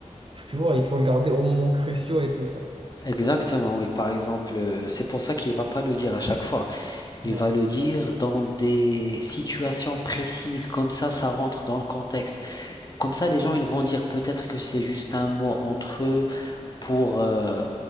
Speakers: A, on the right; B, on the left.
A: tu vois, il faut le garder au moment cruciaux et tout ça.
B: exactement, oui, par exemple, euh, c'est pour ça qu'il va pas le dire à chaque fois. Il
A: Ouais.
B: va le dire dans des situations précises, comme ça, ça rentre dans le contexte. Comme ça, les gens, ils vont dire peut-être que c'est juste un mot entre eux, pour, euh,